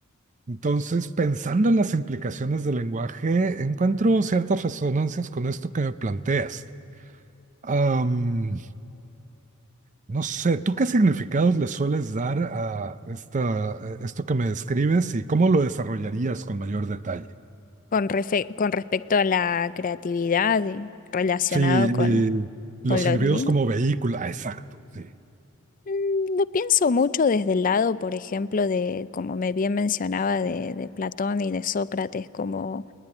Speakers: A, on the right; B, on the left.
A: Entonces, pensando en las implicaciones del lenguaje, encuentro ciertas resonancias con esto que me planteas. Am, no sé, ¿tú qué significados le sueles dar a esta, a esto que me describes y cómo lo desarrollarías con mayor detalle?
B: Con, refe- con respecto a la creatividad y relacionado
A: Sí,
B: con,
A: y
B: con
A: los
B: lo
A: individuos
B: divino.
A: como vehículo, ah, exacto, sí,
B: Mm, Lo pienso mucho desde el lado, por ejemplo, de, como me bien mencionaba, de, de Platón y de Sócrates, como